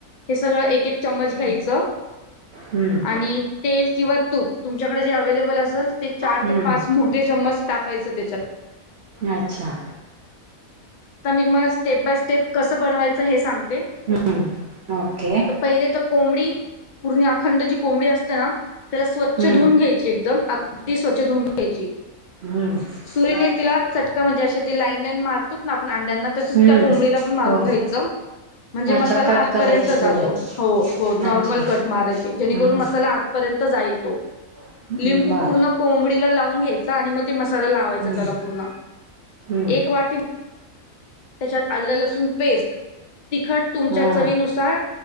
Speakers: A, on the left; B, on the right.
A: हे सगळं एक एक चमच घ्यायचं
B: हम्म
A: आणि तेल किंवा तूप तुमच्याकडे जे अव्लेबल असेल ते चार
B: हम्म
A: ते पाच मोठे चम्मच टाकायचे त्याच्यात.
B: अच्छा.
A: आ मी तुम्हाला स्टेप बाय स्टेप कसं बनवायचं हे सांगते.
B: हम्म ओके
A: तर पहिले तर कोंबडी पूर्ण अखंड जी कोंबडी असते ना त्याला स्वच्छ
B: हम्म
A: धुवून घ्यायची एकदम. स्वच्छ धुून घ्यायची.
B: हम्म
A: सुरीने तिला चटका म्हणजे अशे. ते लाईन लाईन मारतोत ना आपण अंड्यांना तसच
B: हम्म
A: त्या कोंबडीला पण मारून
B: हो
A: घ्यायचं. म्हणजे मसाला
B: अच्छा कट
A: आपर्यंत
B: करायचे
A: जातो
B: थोडे
A: हो हो नॉर्मल
B: अच्छा
A: कट मारायची जेणेकरून
B: हम्म
A: मसाला आपर्यंत जातो.
B: हम्म
A: <unintelligible> लिंबू
B: बर
A: पूर्ण कोंबडीला लावून घ्यायचा आणि मग मसाला लावायचा
B: हम्म
A: त्याला पूर्ण
B: हम्म
A: एक वाटी त्याच्यात आल लसुण पेस्ट तिखट तुमच्या
B: हा
A: चवीनुसार